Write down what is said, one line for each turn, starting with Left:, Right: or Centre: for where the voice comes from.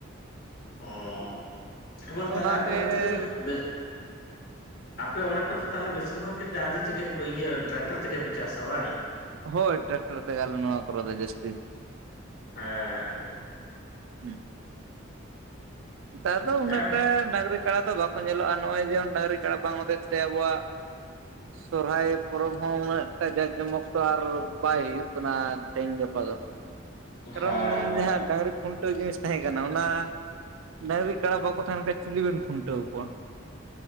Left: ᱦᱩᱸ ᱦᱮᱵᱚᱱ
Right: ᱛᱚ
Left: ᱛᱟᱦᱞᱮ
Right: ᱚᱱᱟᱛᱮ
Left: ᱟᱯᱮ ᱦᱳᱭ ᱚᱱᱛᱮ ᱫᱚ ᱵᱮ
Right: <unintelligible>
Left: ᱟᱯᱮ ᱚᱱᱟ ᱠᱚᱨᱮ ᱫᱚ ᱛᱟᱦᱞᱮ ᱵᱮᱥᱤᱨ ᱵᱷᱟᱜ ᱜᱮ ᱰᱟᱝᱨᱤ ᱛᱮᱜᱮ ᱯᱮ ᱤᱭᱟᱹ ᱴᱨᱟᱠᱴᱟᱨ ᱛᱮᱜᱮ ᱯᱮ ᱪᱟᱥᱟ ᱵᱟᱝ?
Right: ᱦᱳᱭ ᱴᱨᱮᱠᱴᱟᱨ ᱛᱮᱜᱮ ᱟᱞᱮ ᱱᱚᱣᱟ ᱠᱚᱨᱮ ᱫᱚ ᱡᱟᱹᱥᱛᱤ᱾
Left: ᱦᱮᱸ᱾
Right: ᱦᱩᱸ, ᱱᱮᱛᱟᱨ ᱫᱚ ᱩᱱᱟᱹᱜᱴᱟ
Left: ᱡᱟᱭᱦᱳᱠ
Right: ᱰᱟᱹᱝᱨᱤ ᱠᱟᱲᱟ ᱫᱚ ᱵᱟᱠᱚ ᱧᱮᱞᱚᱜᱼᱟ ᱱᱚᱜᱼᱚᱭ ᱡᱮᱢᱚᱱ ᱰᱟᱹᱝᱨᱤ ᱠᱟᱸᱲᱟ ᱵᱟᱝ ᱦᱚᱛᱮᱡ ᱛᱮ ᱟᱵᱚᱣᱟᱜ ᱥᱚᱨᱦᱟᱭ ᱯᱚᱨᱚᱵᱽ ᱦᱚᱸ ᱩᱱᱟᱹᱜᱴᱟ ᱡᱟᱠ ᱡᱚᱢᱚᱠ ᱛᱚ ᱟᱨ ᱵᱟᱭ ᱦᱩᱭᱩᱜ ᱠᱟᱱᱟ ᱛᱮᱦᱤᱧ ᱜᱟᱯᱟ ᱫᱚ᱾ ᱠᱟᱨᱚᱱ
Left: ᱦᱮᱸ ᱦᱮᱸ
Right: ᱡᱟᱦᱟᱸ ᱰᱟᱹᱝᱨᱤ ᱠᱷᱩᱱᱴᱟᱹᱣ ᱡᱤᱱᱤᱥ ᱛᱟᱦᱮᱸ ᱠᱟᱱᱟ ᱚᱱᱟ ᱰᱟᱹᱝᱨᱤ ᱠᱟᱲᱟ ᱵᱟᱠᱚ ᱛᱟᱦᱮᱱ ᱠᱷᱟᱡ ᱪᱤᱞᱤ ᱵᱮᱱ ᱠᱷᱩᱱᱴᱟᱹᱣ ᱠᱚᱣᱟ?